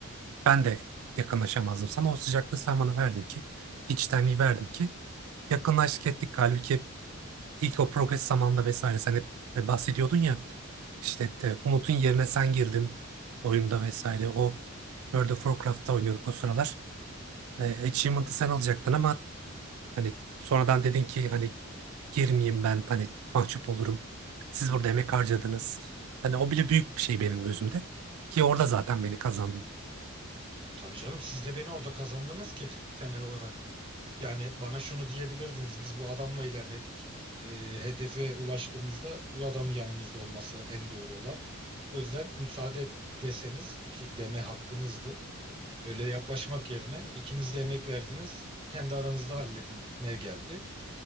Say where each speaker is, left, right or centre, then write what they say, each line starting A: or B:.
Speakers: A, on the right (about 80°); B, on the right (about 25°).
A: ben de yakınlaşamazdım sana. O sıcaklığı sen bana verdin ki, içtenliği verdin ki yakınlaştık ettik. Halbuki ilk o progres zamanında vesaire sen hep bahsediyordun ya işte de Umut'un yerine sen girdin oyunda vesaire. O World of Warcraft'ta oynuyorduk o sıralar. E, achievement'ı sen alacaktın ama hani sonradan dedin ki hani girmeyeyim ben hani mahcup olurum. Siz burada emek harcadınız. Hani o bile büyük bir şey benim gözümde. Ki orada zaten beni kazandın.
B: E, tabii canım siz de beni orada kazandınız ki temel olarak. Yani bana şunu diyebilirdiniz. Biz bu adamla ilerledik. E, hedefe ulaştığımızda bu adamın yanımızda olması en doğru olan. O yüzden müsaade et deseniz ki deme hakkınızdı. Öyle yaklaşmak yerine ikiniz de emek verdiniz. Kendi aranızda halledin ne geldi.